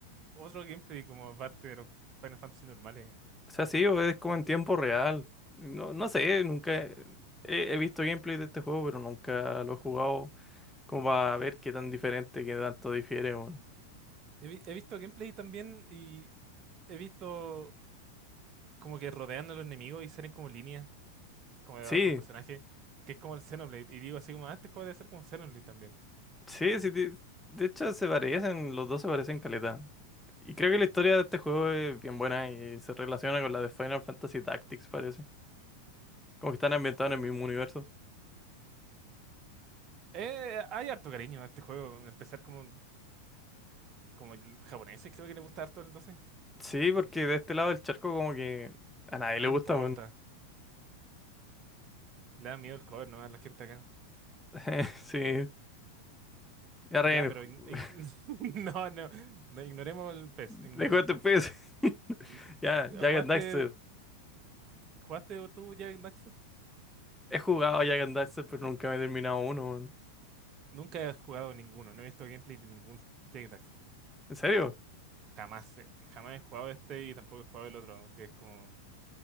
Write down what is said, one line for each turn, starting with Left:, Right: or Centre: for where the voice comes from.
Right: otro gameplay, como aparte de los Final Fantasy normales.
Centre: o sea, sí, o es como en tiempo real. No, no sé, nunca he, he visto gameplay de este juego, pero nunca lo he jugado como para ver qué tan diferente, qué tanto difiere. weón.
Right: He, vi- he visto gameplay también y he visto como que rodean a los enemigos y salen como líneas, como de
Centre: Sí,
Right: otros personajes, que es como el Xenoblade. Y digo así como, ah, este juego debe ser como Xenoblade también.
Centre: sí, sí. De, de hecho, se parecen, los dos se parecen caleta. Y creo que la historia de este juego es bien buena y se relaciona con la de Final Fantasy Tactics, parece. Como que están ambientados en el mismo universo.
Right: Eh, eh, hay harto cariño a este juego. Empezar como, como el japonés, creo que le gusta harto el doce
Centre: Sí, porque de este lado del charco como que... A nadie
Right: nadie
Centre: le gusta,
Right: le importa. Le da miedo el cover, ¿no? A la gente acá.
Centre: <laughs> Sí, ya Ryan,
Right: Ya, pero ign-
Centre: <laughs>
Right: ign- <laughs> no, no, no, ignoremos el pez,
Centre: dejo
Right: ignoremos
Centre: este
Right: el pez.
Centre: pez. <laughs>
Right: N-
Centre: Ya, Jack
Right: ¿Jugaste,
Centre: and Daxter.
Right: jugaste tú Jack Daxter?
Centre: He jugado a Jack and Daxter, pero nunca me he terminado uno. weón.
Right: Nunca he jugado ninguno, no he visto gameplay de ningún Jack
Centre: ¿En serio?
Right: Jamás, he- jamás he jugado este y tampoco he jugado el otro, que es como...